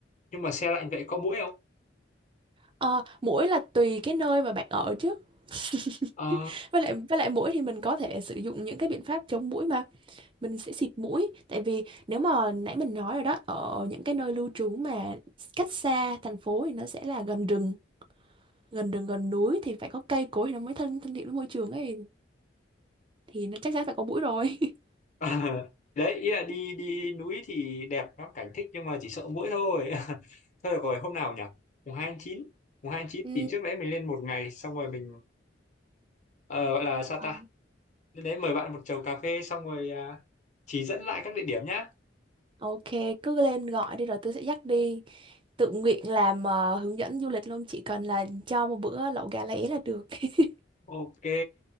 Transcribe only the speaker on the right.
Ờ, muỗi là tùy cái nơi mà bạn ở chứ <laughs>
với lại với lại muỗi thì mình có thể sử dụng những cái biện pháp chống muỗi mà mình sẽ xịt mũi tại vì nếu mà nãy mình nói rồi đó ở những cái nơi lưu trú mà cách xa thành phố thì nó sẽ là gần rừng gần rừng gần núi thì phải có cây cối thì nó mới thân thân thiện với môi trường ấy thì nó chắc chắn phải có mũi rồi <laughs>
Ừ.
Ờ,
Ok, cứ lên gọi đi rồi tôi sẽ dắt đi. Tự nguyện làm ờ, hướng dẫn du lịch luôn, chỉ cần là cho một bữa lẩu gà lá é là được. <laughs>